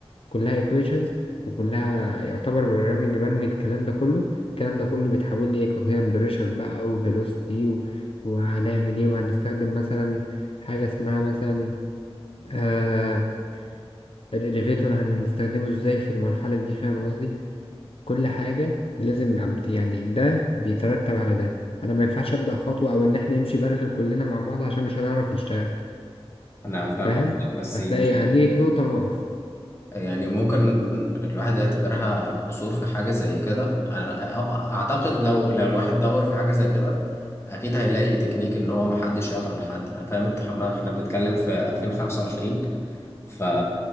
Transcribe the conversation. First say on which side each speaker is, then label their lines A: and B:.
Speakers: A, on the left; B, on the left.
A: كلها equations وكلها يعتبر programming برمي الكلام ده كله الكلام ده كله بيتحول لي coherent pressure بقى و velocity و... وهنعمل ايه وهنستخدم مثلا حاجة اسمها مثلا آه الاليفيتور هنستخدمه ازاي في المرحلة دي فاهم قصدي كل حاجة لازم أبد... يعني ده بيترتب على ده انا ما ينفعش ابدأ خطوة او ان احنا نمشي بارلل كلنا مع بعض عشان مش هنعرف نشتغل
B: انا فاهم
A: فاهم
B: قصدك بس
A: هتلاقي
B: مش-
A: هنيجي في نقطة ونقف
B: يعني ممكن الواحد يعتبرها قصور في حاجه زي كده انا أ- اعتقد لو لو الواحد دور في حاجه زي كده اكيد هيلاقي تكنيك ان هو محدش يعطل حد انا فاهم انت حما- احنا بنتكلم في 2025 ف...